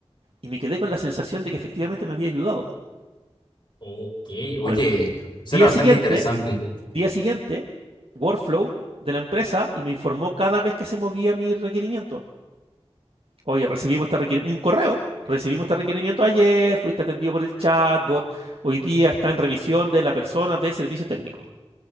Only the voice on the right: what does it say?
y me quedé con la sensación de que efectivamente me había ayudado.
Bueno,
día
siguiente,
día siguiente, Workflow de la empresa y me informó cada vez que se movía mi requerimiento. Oye, recibimos este requerimiento, un correo, recibimos este requerimiento ayer, fuiste atendido por el chatbot, hoy día está en revisión de la persona de servicio técnico.